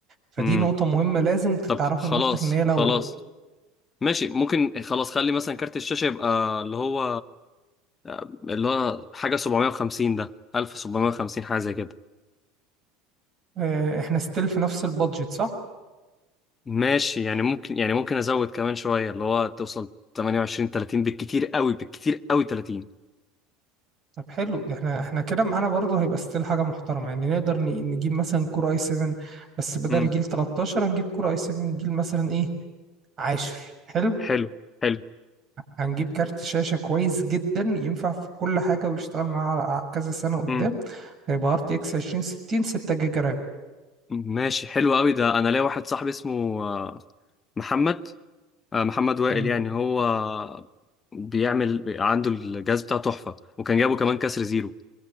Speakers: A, on the right; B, on the left.
A: فدي
B: امم
A: نقطه مهمه لازم تتعرفها
B: طب خلاص
A: من اختك ان هي لو
B: خلاص ماشي ممكن خلاص خلي مثلا كارت الشاشة يبقى اللي هو اللي هو حاجة 750 ده 1750 حاجة زي كده
A: آه، احنا ستيل في نفس البادجت صح
B: ماشي يعني ممكن يعني ممكن ازود كمان شوية اللي هو توصل 28 30 بالكتير قوي بالكتير قوي 30
A: طب حلو احنا احنا كده معانا برضه هيبقى ستيل حاجه محترمه يعني نقدر ن- نجيب مثلا كور اي 7 بس بدل
B: امم
A: جيل 13 هنجيب كور اي 7 جيل مثلا ايه 10 حلو
B: حلو حلو
A: هنجيب كارت شاشة كويس جدا ينفع في كل حاجة ويشتغل معاها على كذا سنة قدام
B: امم
A: هيبقى ار تي اكس 2060 6 جيجا رام
B: ماشي حلو قوي ده انا ليا واحد صاحبي اسمه آه، محمد آه، محمد وائل
A: امم
B: يعني هو بيعمل عنده الجهاز بتاعه تحفة وكان جابه كمان كسر زيرو